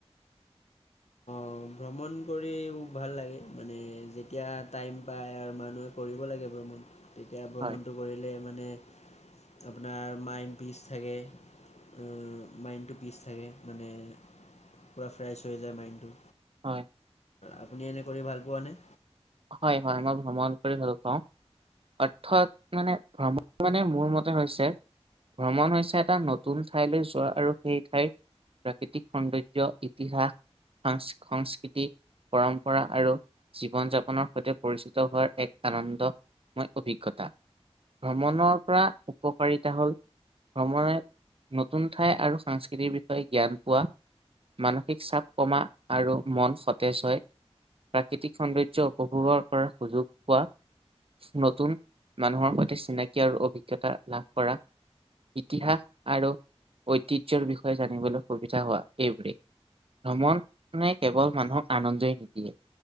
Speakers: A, on the left; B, on the right.
A: অ ভ্ৰমণ কৰিও ভাল লাগে। মানে, যেতিয়া টাইম পায় আৰু মানুহে কৰিব লাগে ভ্ৰমণ। তেতিয়া ভ্ৰমণটো
B: হয়
A: কৰিলে মানে আপোনাৰ মাইণ্ড পিচ থাকে। ও মাইণ্ডটো পিচ থাকে। মানে, পুৰা ফ্ৰেছ হৈ যায় মাইণ্ডটো।
B: হয়।
A: আপুনি এনে কৰি ভাল পোৱা নে?
B: হয়, হয়। মই ভ্ৰমণ কৰি ভাল পাওঁ। অৰ্থৎ মানে ভ্ৰমণ মানে মোৰ মতে হৈছে ভ্ৰমণ হৈছে এটা নতুন ঠাইলৈ যোৱা আৰু সেই ঠাইৰ প্ৰাকৃতিক সৌন্দৰ্য, ইতিহাস হান্স সংস্কৃতি, পৰম্পৰা আৰু জীৱন যাপন নৰ সৈতে পৰিচিত হোৱাৰ এক আনন্দ ময় অভিজ্ঞতা। ভ্ৰমণৰ পৰা উপকাৰিতা হ'ল ভ্ৰমণে নতুন ঠাই আৰু সংস্কৃতিৰ বিষয়ে জ্ঞান পোৱা মানসিক চাপ কমা আৰু মন সতেজ হয়। প্ৰাকৃতিক সৌন্দৰ্য উপৱাৰ পৰা সুযোগ পোৱা নতুন মানুহৰ সৈতে চিনাকি আৰু অভিজ্ঞতা লাভ কৰা। ইতিহাস আৰু ঐতিহ্যৰ বিষয়ে জানিবলৈ সুবিধা হোৱা এইবোৰেই। ভ্ৰমণে কেৱল মানুহক আনন্দই নিদিয়ে।